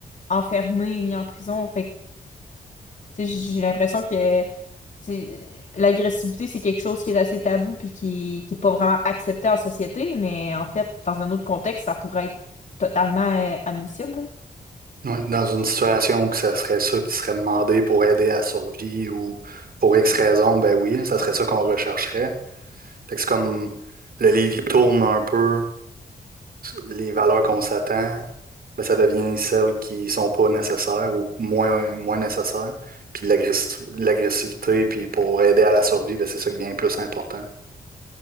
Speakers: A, on the left; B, on the right.
A: enfermé, mis en prison. Fait que tu sais, j'ai l'impression que c'est- l'agressivité, c'est quelque chose qui est assez tabou puis qui, qui est pas vraiment accepté en société, mais en fait, dans un autre contexte, ça pourrait être totalement euh, admissible.
B: Ouais, dans une situation où que ça serait ça qui serait demandé pour aider à la survie ou pour X raison, ben oui, ça serait ça qu'on rechercherait. Fait que c'est comme le livre, il tourne un peu les valeurs qu'on s'attend, ben, ça devient celles qui sont pas nécessaires ou moins, moins nécessaires. Puis l'agress- l'agressivité, puis pour aider à la survie, ben, c'est ça qui devient plus important.